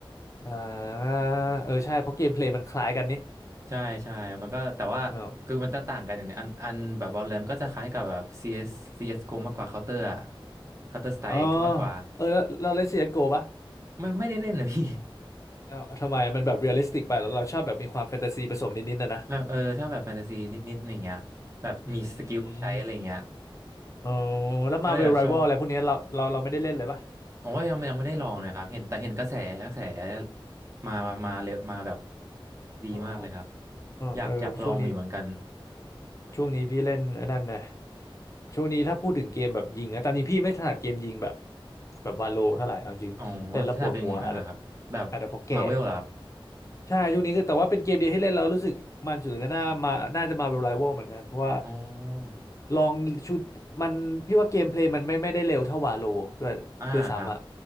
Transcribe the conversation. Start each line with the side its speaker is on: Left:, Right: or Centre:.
Left: อ่าเออใช่เพราะเกมเพลย์มันคล้ายกันนี่
Right: ใช่ใช่มันก็แต่ว่าคือมันจะต่างกันอย่างหนึงอันอันแบบ
Left: อ๋อ
Right: Valorant มันก็จะคล้ายกับแบบ CS CSGO มากกว่า Counter อะ Counter Strike
Left: อ๋อ
Right: มากกว่า
Left: เออแล้วเราเล่น CSGO ปะ
Right: ไม่ไม่ได้เล่นนะ <laughs> พี่
Left: เอ้าทำไมมันแบบเรียลลิสติกไปแล้วเราชอบแบบมีความแฟนตาซีผสมนิดๆนะนะ
Right: <laughs> แบบเออชอบแบบแฟนตาซีนิดๆอย่างเงี้ยแบบมีสกิลใช้อะไรเงี้ย
Left: อืมอ๋อแล้วมาเวลไรว
Right: ก็เลยแบบชอบ
Left: a ลอะไรพวกเนี้ยเราเราเราไม่ได้เล่นเลยปะ
Right: โอ้ยยังไม่ยังไม่ได้ลองเลยครับเห็นแต่เห็นกระแสกระแสมามามาเลยมาแบบดีมากเลยครับ
Left: อ๋อ
Right: อยากอยากลองมาอยู่เหมือนกัน
Left: เออเพราะช่วงนี้ช่วงนี้พี่เล่นไอ้นั่นนะช่วงนี้ถ้าพูดถึงเกมแบบยิงนะตามจริงพี่ไม่ถนัดเกมยิงแบบแบบวาโลเท่าไหร่เอาจริงเล่นแล้วปวดหัวอาจจะ
Right: อ๋อ่าพี่ชาติเป็นยังไงบ้างอะครับแบบ
Left: อาจจะเพราะแก่
Right: มาเวลเหรอครับ
Left: ใช่ช่วงนี้ก็แต่ว่าเป็นเกมเดียวที่เล่นแล้วรู้สึกมันสุดในหน่ามาน่าจะมาเป็นไรวัลเหมือนกันเพราะว่า
Right: อ๋อ
Left: ลองชุดมันพี่ว่าเกมเพลย์มันไม่ไม่ได้เร็วเท่าวาโลด้วยด้วยซ้ำอะ
Right: อ่าครับ